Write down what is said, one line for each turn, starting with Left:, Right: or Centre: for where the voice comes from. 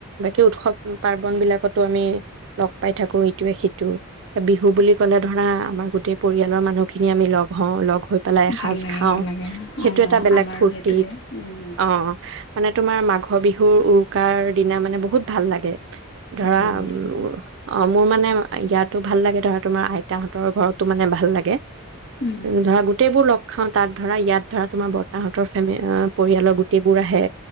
Right: ই উৎসৱ পাৰ্বন বিলাকতো আমি লগ পাই থাকো ইটোৱে সিটো বিহু বুলি ক'লে ধৰা আমাৰ গোটেই পৰিয়ালৰ মানুহখিনি আমি লগ হওঁ লগ গৈ পেলাই এসাজ
Left: ভাল লাগে
Right: খাওঁ
Left: ভাল লাগে
Right: সেইটো
Left: অ
Right: এটা বেলেগ
Left: আমাৰো
Right: ফূৰ্তি
Left: সেইটোৱে উম
Right: অ মানে তোমাৰ মাঘৰ বিহুৰ উৰুকাৰ দিনা মানে বহুত ভাল লাগে ধৰাা
Left: ভাল লাগে
Right: উ উ অ মোৰ মানে ইয়াতো ভাল লাগে ধৰা তোমাৰ আইতাহঁতৰ ঘৰতো মানে ভাল লাগে
Left: উম
Right: ধৰা গোটেই বোৰ লগ খাওঁ তাত ধৰা ইয়াত ধৰা তোমাৰ বৰ্তাহঁতৰ ফেম পৰিয়ালৰ গোটেইবোৰ আহে